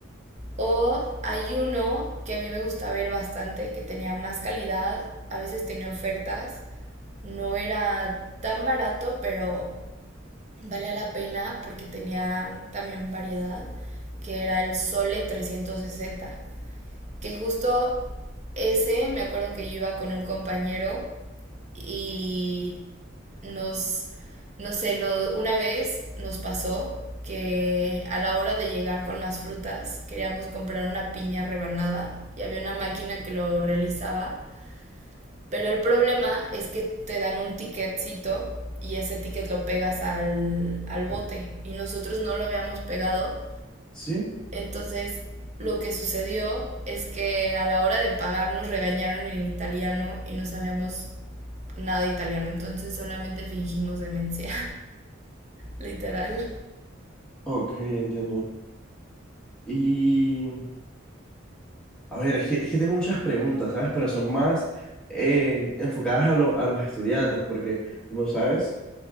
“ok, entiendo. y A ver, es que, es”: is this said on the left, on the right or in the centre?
Centre